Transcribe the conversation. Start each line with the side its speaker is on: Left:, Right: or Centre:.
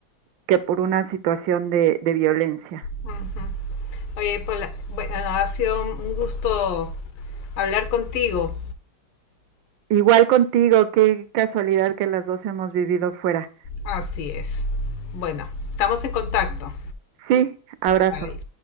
Right: que por una situación de, de violencia.
Left: Ujú. Oye, Paula, bueno, ha sido un gusto hablar contigo.
Right: Igual contigo, qué casualidad que las dos hemos vivido fuera.
Left: Así es. Bueno, estamos en contacto.
Right: Sí, abrazo.
Left: Bye.